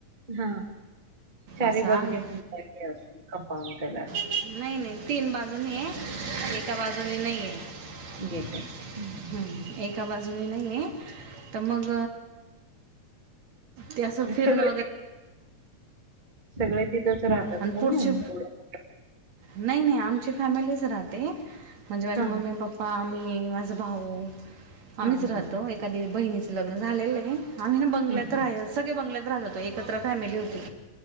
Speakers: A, on the right; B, on the right.
A: हा चारी
B: असं आहे.
A: बाजने <unintelligible> असेल कंपाऊंडला
B: नाही नाही तीन बाजून हे एका बाजूनी नाही आहे
A: गेट हं, हं.
B: एका बाजूने नाही आहे तर मग ते असं फिरणं
A: सगळे
B: वगैरे
A: सगळे तिथंच राहतात
B: आणि
A: ना
B: पुढची
A: म्हणून तेवढं
B: नाही नाही आमची फॅमिलीच राहते म्हणजे माझे
A: हा
B: मम्मी पप्पा प आम्ही माझं भाऊ आम्हीच
A: हा हा
B: राहतो एखादी बहिणीचं लग्न झालेलं आहे आम्ही ना बंगल्यात
A: हम्म हम्म.
B: राह सगळे बंगल्यात राहत होतो एकत्र फॅमिली होती